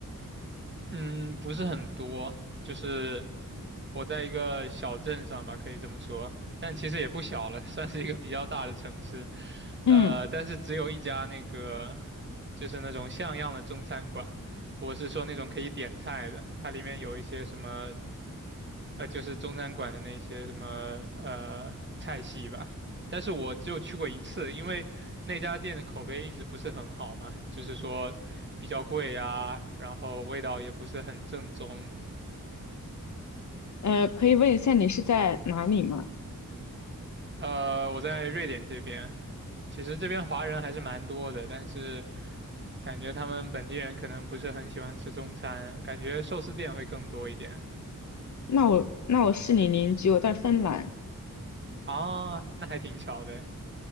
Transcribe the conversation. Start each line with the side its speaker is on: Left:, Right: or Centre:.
Right: 嗯，不是很多，就是我在一个小镇上吧，可以这么说，但其实也不小了，<laughs> 算是一个比较大的城市。
Left: 嗯，
Right: 呃，但是只有一家那个就是那种像样的中餐馆，我是说那种可以点菜的，它里面有一些什么呃，就是中餐馆的那些什么呃菜系吧。但是我只有去过一次，因为那家店的口碑一直不是很好嘛，就是说比较贵呀，然后味道也不是很正宗。
Left: 呃，可以问一下你是在哪里吗？
Right: 呃，我在瑞典这边，其实这边华人还是蛮多的，但是。感觉他们本地人可能不是很喜欢吃中餐，感觉寿司店会更多一点
Left: 那我那我是你邻居，我在芬兰。
Right: 啊，那还挺巧的。